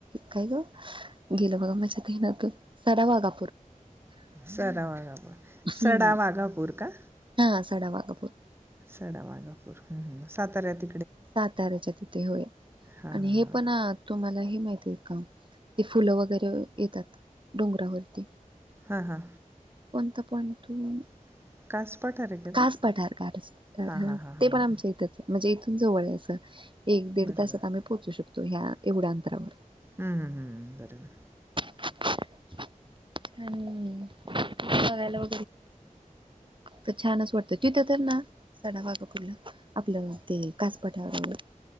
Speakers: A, on the right (about 35°); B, on the right (about 15°).
A: काय ग गेल् बघा माझ्या ध्यनातून सरळ वारा
B: सडा वाघापूर
A: हम्म.
B: सडा वाघापूर का
A: हा सडा वाघापूर
B: सडा मागापूर ह साताऱ्या त
A: साताऱ्याच्या तिथे होय
B: हां
A: आणि
B: हां
A: हे पण
B: हां
A: तुम्हाला हे माहिती का ते फुलं वगैरे येतात डोंगरावरती
B: हां हां
A: कोणतं पॉईंट ह्म्म
B: <inaudible>
A: कास
B: ते
A: पठार का हा
B: हां हां हां हां
A: ते पण आमच्या इथच आहे म्हणजे इथून जवळ एक दीड
B: बरं
A: तासात
B: बरं बरं
A: आम्ही पोहोचू शकतो ह्या एवढ्या अंतरावर
B: हम्म हम्म हम्म बरोबर
A: छान बघायला तर छानच वाटतं तिथे तर ना साड वागा कुठलं आपलं ते कासपाठावर